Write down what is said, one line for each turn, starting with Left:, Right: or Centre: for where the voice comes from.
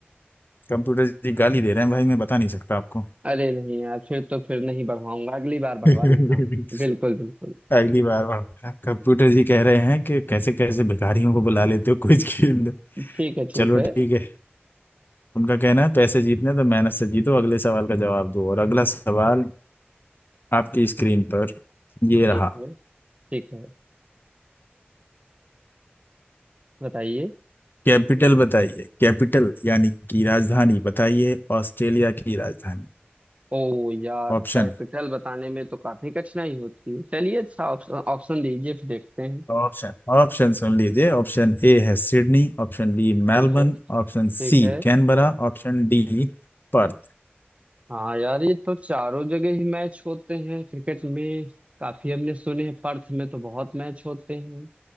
Left: कंप्यूटर जी गाली दे रहे हैं भाई मैं बता नहीं सकता आपको
Right: अरे नहीं यार फिर तो फिर नहीं बढ़वाऊंगा अगली बार बढ़वा
Left: <laughs>
Right: लेता हूँ बिल्कुल बिल्कुल
Left: अगली बार बढ़ते हैं। कंप्यूटर जी कह रहे हैं कि कैसे कैसे भिखारियों को बुला लेते हो कुछ खेल लो
Right: ठीक है ठीक
Left: चलो
Right: है
Left: ठीक है उनका कहना है पैसे जीतने तो मेहनत से जीतो अगले सवाल का जवाब दो और अगला सवाल आपकी स्क्रीन पर ये रहा
Right: ठीक है ठीक है बताइए
Left: कैपिटल बताइए कैपिटल यानी कि राजधानी बताइए ऑस्ट्रेलिया की राजधानी
Right: ओ यार
Left: ऑप्शन
Right: कैपिटल बताने में तो काफी कठिनाई होती है चलिए अच्छा ऑप्शन ऑप्शन दीजिए फिर देखते हैं
Left: ऑप्शन ऑप्शन सुन लीजिए ऑप्शन ए है Sydney option B Melbourne
Right: ठीक है
Left: option
Right: ठीक
Left: C
Right: है
Left: Canberra option D Perth
Right: हाँ यार ये तो चारों जगह ही मैच होते हैं क्रिकेट में काफी हमने सुने हैं पर्थ में तो बहुत मैच होते हैं